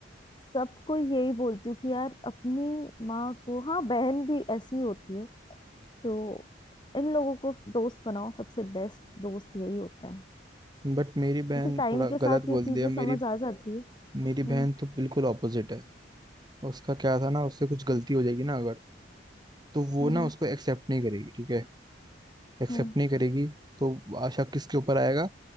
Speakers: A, on the left; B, on the right.
A: सबको यही बोलती हूँ कि यार अपनी माँ को हाँ बहन भी ऐसी ही होती है तो इन लोगों को दोस्त बनाओ सबसे बेस्ट दोस्त यही होता है
B: बट मेरी बहन
A: जैसे टाइम
B: थोड़ा
A: के साथ
B: गलत
A: ये
B: बोल
A: चीजें
B: दिया मेरी
A: समझ आ जाती है
B: मेरी
A: हम्म
B: बहन तो बिल्कुल ऑपोजिट है उसका क्या था ना उससे कुछ गलती हो जाएगी ना अगर तो वो
A: हम्म
B: ना उसको एक्सेप्ट नहीं करेगी ठीक है एक्सेप्ट
A: हम्म
B: नहीं करेगी तो आशा किसके ऊपर आएगा